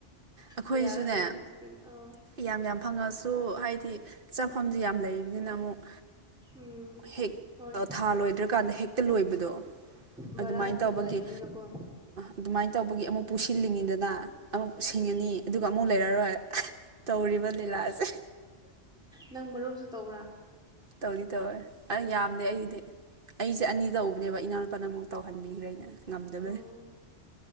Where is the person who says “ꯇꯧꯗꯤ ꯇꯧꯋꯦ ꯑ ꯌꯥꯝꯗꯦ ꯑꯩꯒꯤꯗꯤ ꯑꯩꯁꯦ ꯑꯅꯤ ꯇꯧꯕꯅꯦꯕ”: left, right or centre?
Right